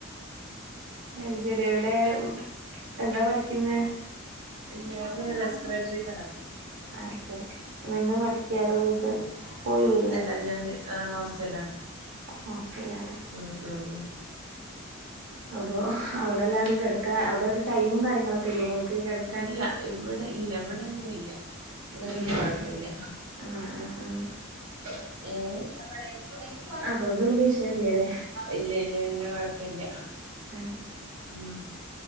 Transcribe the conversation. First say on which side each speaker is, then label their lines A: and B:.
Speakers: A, on the right; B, on the right.
A: അത് ശരിയവിടെ എന്താ പഠിക്കുന്നെ
B: ലിയവ് റെസ്പ്രേട്ടറി തപ്പി
A: ആഹ് ശെരി നിന്ന് പഠിക്കതോ വീട്ട് പോയി വരോ
B: അല്ല ഞാന് ആഹ് ഹോസ്റ്റലണ്
A: ഹോസ്റ്റലാണ്
B: ആഹ് ആഹ് ആഹ്
A: അപ്പൊ അവടെ എല്ലാരും കടക്കാ അവടെ ഒരു ടൈമും കാര്യങ്ങളൊക്കെ ഇല്ലേ ങ്ങക്ക് ക
B: ഇല്ല ഇവിടെ ഇല്ല ഇവടെ ങ്ങനെ ഇല്ല ഇവടെ വല്യ
A: അങ്ങനെ
B: കൊഴപ്പല്ല്യ.
A: ശരി. ആഹ് ഹാ ഹാ
B: ഏഹ്
A: അതൊന്നും വല്ല്യ വിഷയല്ലല്ലേ?
B: ഇല്ല ഇല്ല വല്യ കൊഴപ്പല്ല്യ
A: ഉം
B: ഉം.